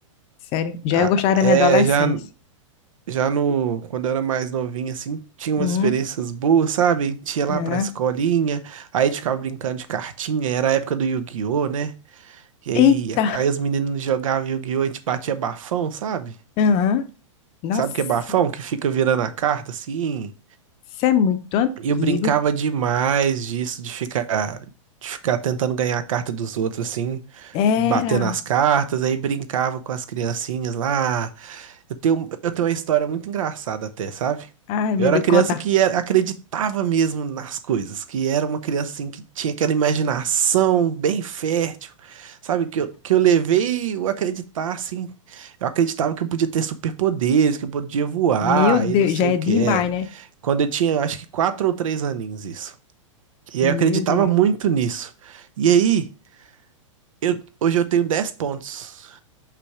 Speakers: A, on the left; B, on the right.
A: sério. Já
B: Ah,
A: eu gostava da
B: É,
A: minha adolescência.
B: já, já no, quando eu era mais novinho, assim, tinha umas
A: Uhum.
B: experiências boas, sabe? A gente ia lá
A: aham.
B: pra escolinha, aí a gente ficava brincando de cartinha, era a época do Yu-Gi-Oh, né? E aí,
A: Eita,
B: aí os meninos jogavam Yu-Gi-Oh, a gente batia bafão, sabe?
A: Aham. Nossa,
B: Sabe o que é bafão? Que fica virando a carta, assim...
A: isso é muito antigo.
B: E eu brincava demais disso, de ficar, de ficar tentando ganhar a carta dos outros, assim,
A: Era.
B: bater nas cartas, aí brincava com as criancinhas lá. Eu tenho, eu tenho uma história muito engraçada até, sabe?
A: Ai,
B: Eu
A: meu
B: era
A: Deus,
B: criança
A: conta.
B: que era- acreditava mesmo nas coisas, que era uma criança assim que tinha aquela imaginação bem fértil, sabe? Que eu, que eu levei o acreditar, assim. Eu acreditava que eu podia ter superpoderes, que eu podia voar
A: Meu Deus,
B: e não sei
A: já é
B: o que
A: demais,
B: é.
A: né?
B: Quando eu tinha, acho que quatro ou três aninhos, isso. E
A: Meu
B: eu acreditava
A: Deus.
B: muito nisso. E aí, eu, hoje eu tenho 10 pontos.